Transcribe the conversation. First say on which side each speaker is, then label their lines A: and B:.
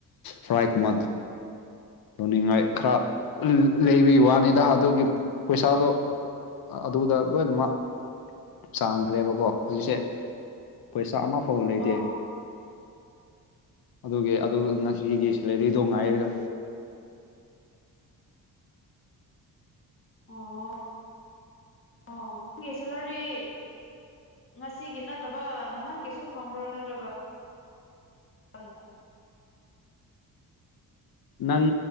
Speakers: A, on the left; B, on the left.
A: ꯐꯔꯥꯏ ꯀꯨꯝꯕ ꯇꯨꯅꯤꯡꯉꯥꯏ ꯈꯔ ꯂꯩꯕ ꯋꯥꯅꯤꯗ ꯑꯗꯨꯒꯤ ꯄꯩꯁꯥꯗꯣ꯫ ꯑꯗꯨꯗ ꯂꯣꯏꯅꯃꯛ ꯆꯥꯡꯈ꯭ꯔꯦꯕꯀꯣ ꯍꯧꯖꯤꯛꯁꯦ꯫ ꯄꯩꯁꯥ ꯑꯃꯐꯥꯎꯕ ꯂꯩꯇꯦ꯫
B: ꯑꯥ ꯑꯣ
A: ꯑꯗꯨꯒꯤ ꯑꯗꯨ ꯉꯁꯤꯒꯤ ꯁꯦꯂꯔꯤꯗꯣ ꯉꯥꯏꯔꯒ
B: ꯑꯣ ꯑꯣ ꯅꯪꯒꯤ ꯁꯦꯂꯔꯔꯤ꯫ ꯉꯁꯤꯒꯤ ꯅꯠꯇꯕ ꯅꯍꯥꯟꯒꯤꯁꯨ ꯐꯪꯕ꯭ꯔꯣ ꯅꯠꯇ꯭ꯔꯒ <inaudible>
A: ꯅꯪ